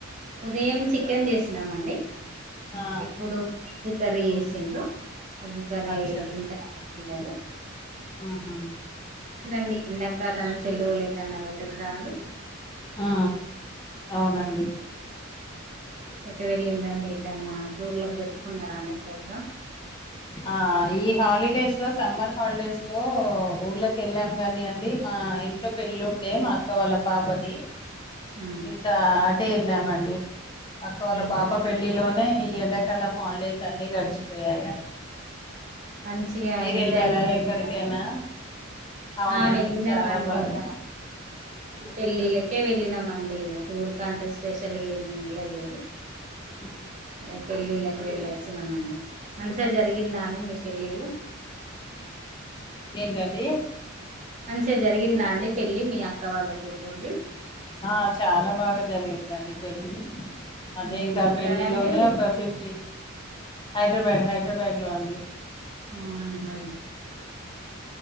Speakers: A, on the right (about 35°); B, on the left (about 25°).
A: ఉదయం చికెన్ చేసినామ్ అండి
B: ఆ
A: ఇప్పుడు కర్రీ చేసిండ్రు ఎగ్ కర్రీ
B: అచ్చ అచ్చ
A: తింటర మీ పిల్లలు
B: ఉహు
A: దండి ఎండాకాలం సెలవుల ఏటన వెళ్ళిన్రా అండి
B: ఆ అవునండి
A: ఎటు వెళ్ళిందండి ఎటన్నా టూర్లకి పెట్టుకున్నారండి ప్రోగ్రాం
B: ఆ ఈ హాలిడేస్లో సమ్మర్ హాలిడేస్లో ఊళ్ళకి ఎళ్ళాం గాని అండి మా ఇ ఇంట్లో పెళ్ళూండే మా అక్క వాళ్ళ పాపది
A: ఆ
B: ఇంకా అటే వెళ్ళామండి అక్క వాళ్ళ
A: ఉమ్.
B: పాప పెళ్లిలోనే ఈ ఎండాకాలం హాలిడేస్ అన్నీ గడిచిపోయాయి
A: మంచిగా
B: మీరు
A: ఎంజాయ్
B: వెళ్ళారా
A: చేసిండ్ర
B: ఎక్కడికైనా
A: అండి
B: అవునండి
A: ఆ వెళ్ళినమండిగ
B: చాలా బాగా
A: పెళ్ళిళ్ళకే వెళ్ళినాంమండి ఇగ టూర్ కంటే స్పెషల్గా ఏమి వెళ్ళలేదు
B: ఆ
A: ఇగ పెళ్ళిళ్ళలకు వెళ్ళొచ్చినాంమండి మంచిగా జరిగిందా అండి మీ పెళ్ళిలు
B: ఏంటండీ
A: మంచిగా జరిగిందా అండి పెళ్ళి మీ అక్క వాళ్ళ కూతుర్ది
B: ఆ చాలా బాగా జరిగిందండి పెళ్ళి అదే
A: ఉమ్,
B: ఇంకా
A: ఎక్కడండి
B: పెళ్లి లోనే ఒక ఫిఫ్టీ హైదరాబాద్ హైదరాబాద్లో అండి
A: ఆ ఉమ్